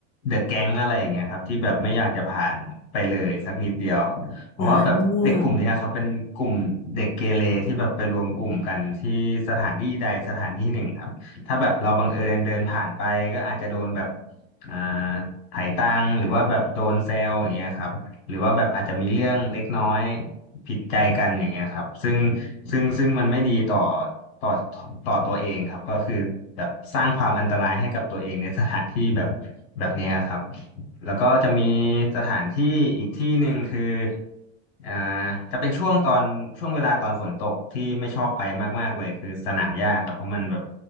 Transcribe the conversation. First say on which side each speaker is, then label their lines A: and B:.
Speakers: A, on the left (about 65°); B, on the left (about 25°).
A: เดอะแก๊งอะไรอย่างเงี้ยครับที่แบบไม่อยากจะผ่านไปเลยสักนิดเดียวเพราะว่าแบบเด็กกลุ่มเนี้ยครับเป็นกลุ่มเด็กเกเรที่แบบไปรวมกลุ่มกันที่สถานที่ใดสถานที่หนึ่งครับถ้าแบบเราบังเอิญเดินผ่านไปก็อาจจะโดนแบบ
B: อ่า
A: อ่าไถ่ตังค์หรือว่าแบบโดนแซวอย่างเงี้ยครับหรือว่าแบบอาจจะมีเรื่องเล็กน้อย ผิดใจกันอย่างเงี้ยครับซึ่งซึ่งซึ่งมันไม่ดีต่อต่อต่อตัวเองครับก็คือแบบสร้างความอันตรายให้กับตัวเองในสถานที่แบบแบบเนี้ยครับแล้วก็จะมีสถานที่อีกที่หนึ่งคืออ่าจะเป็นช่วงตอนช่วงเวลาตอนฝนตกที่ไม่ชอบไปมากๆเลยคือสนามหญ้าครับเพราะมันแบบ